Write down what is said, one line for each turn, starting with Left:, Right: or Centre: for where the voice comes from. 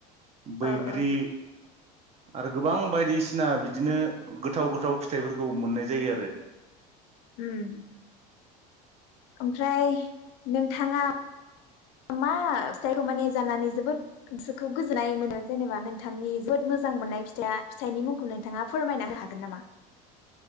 Right: बैग्रि
Left: ओ ओ
Right: आरो गोबां बायदि सिना बिदिनो गोथाव गोथाव फिथाइफोरखौ मोननाय जायो आरो
Left: उम ओमफ्राय नोंथाङा मा फिथाइखौ माने जानानै जोबोद गोसोखौ गोजोननाय मोनो जेनेबा नोंथांनि जोबोद मोजां मोननाय फिथाइ फिथाइनि मुंखौ नोंथाङा फोरमायना होनो हागोन नामा?